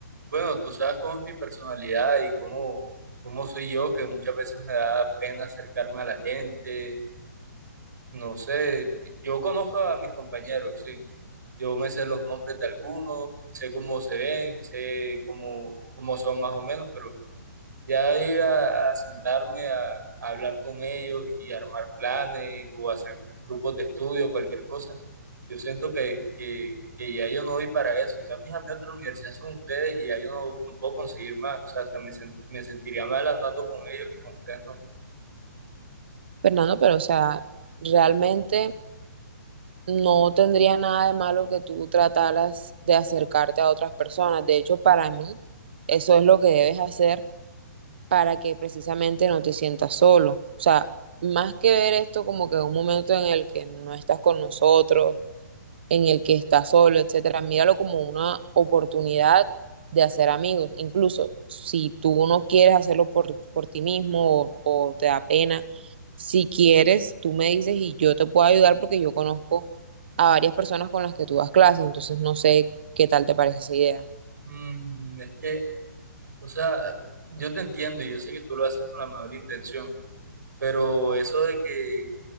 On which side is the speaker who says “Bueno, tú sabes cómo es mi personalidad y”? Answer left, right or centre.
Right